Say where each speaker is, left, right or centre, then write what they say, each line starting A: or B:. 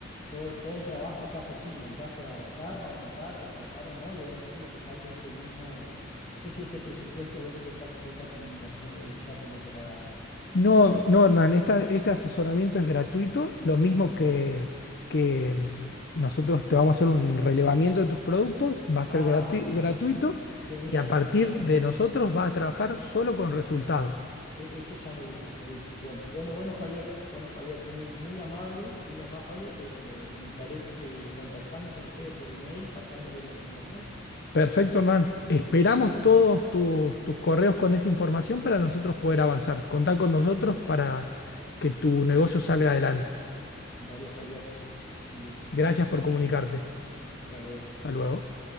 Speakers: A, on the left; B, on the left.
A: todo, todo el trabajo sea posible en caso de avanzar, no avanzar, contratar o no, y obviamente lo que sale ese mismo, no sé si este presupuesto o, este- o esta, esta comunicación eh, ya tengo que pagarla.
B: No, no, Hernán, esta- este asesoramiento es gratuito, lo mismo
A: Bueno.
B: que, que mm, nosotros te vamos a hacer un relevamiento de tus productos, va a ser
A: Ah,
B: grati-
A: buenísimo.
B: gratuito
A: Genial,
B: y a partir
A: genial.
B: de nosotros vas a trabajar solo con resultados.
A: E- Eso ya me gusta, me gusta. Bueno, bueno, bueno, Javier. Bueno, Javier, muy, muy amable, muy amable. Eh, me estaré eh, contactando con ustedes por email, pasándole la información.
B: Perfecto, Hernán. Esperamos
A: Dale,
B: todos tus, tus correos con esa información para nosotros poder avanzar. Contá con nosotros para que tu negocio salga adelante.
A: dale, Javier. Un gusto.
B: Gracias por comunicarte.
A: Hasta luego.
B: Hasta luego.